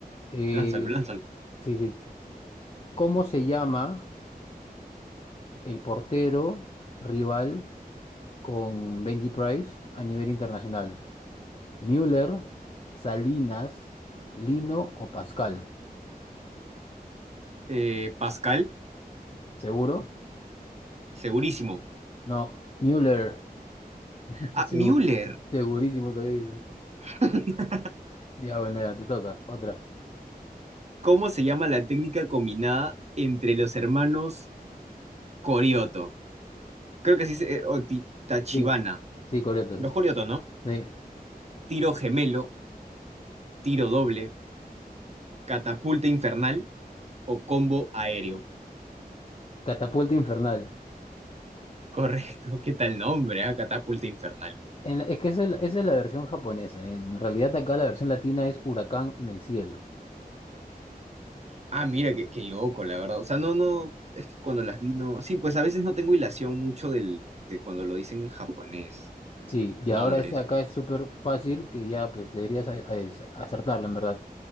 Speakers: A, on the left; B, on the right.
A: Eh,
B: lánzalo, lánzalo.
A: sí, sí. ¿Cómo se llama el portero rival con Benji Price a nivel internacional? Müller, Salinas, Lino o Pascal.
B: Eh, Pascal,
A: ¿Seguro?
B: segurísimo.
A: No, Müller. <laughs>
B: Ah,
A: Segu-
B: Müller.
A: segurísimo todavía dice.
B: <laughs>
A: Ya, bueno, ya, te toca. Otra.
B: ¿Cómo se llama la técnica combinada entre los hermanos Corioto? Creo que así se- eh, o Ti- Tachibana.
A: Sí. Sí, correcto,
B: Los
A: sí.
B: Corioto, ¿no?
A: Sí.
B: Tiro gemelo, tiro doble, catapulta infernal o combo aéreo.
A: Catapulta infernal.
B: Correcto, <laughs> ¿qué tal nombre? ah? Catapulta infernal.
A: En la- es que esa es, la esa es la versión japonesa. En realidad acá la versión latina es huracán en el cielo.
B: Ah, mira, qué, qué loco, la verdad. O sea, no, no, es que cuando las vi, no. Sí, pues a veces no tengo hilación mucho del, de cuando lo dicen en japonés,
A: Sí, y
B: nombres.
A: ahora esta de acá es súper fácil que ya pues deberías a- a- es- acertarla, en verdad.